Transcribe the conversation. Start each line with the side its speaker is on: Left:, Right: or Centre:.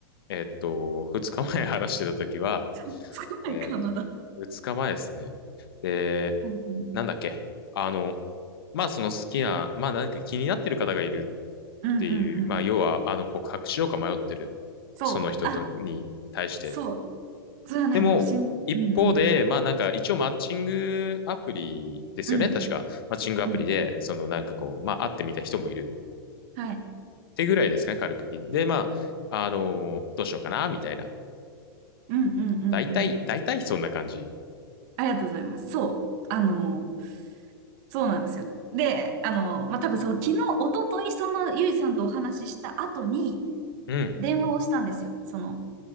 Left: えっと、二日前話してた時は、
Right: つつかないか、
Left: えっと、
Right: まだ。は
Left: 二日前ですね。で、
Right: いはい
Left: なんだっけ。あの、まあその好きな、まあ何か気になってる方がいる
Right: うんうんうん。
Left: っていう、まあ、要は、あの、告白しようか迷ってる、
Right: そう。
Left: その人とに対して。
Right: あ、そう。それはね、
Left: でも、
Right: もうしん、
Left: 一方で、
Right: うんうん。
Left: まあなんか一応マッチングアプリですよね、
Right: うん、
Left: 確か。マッチングアプリで、
Right: うん。
Left: そのなんかこう、まあ会ってみた人もいる
Right: はい。
Left: ってぐらいですかね、軽く。で、まあ、あのーどうしようかな、みたいな。
Right: うんうんうんうん。
Left: 大体、大体そんな感じ。
Right: ありがとうございます。そう。あの、そうなんですよ。で、あの、まあ、多分その昨日、一昨日そのゆいさんとお話しした後に
Left: うん。
Right: 電話をしたんですよ。その、好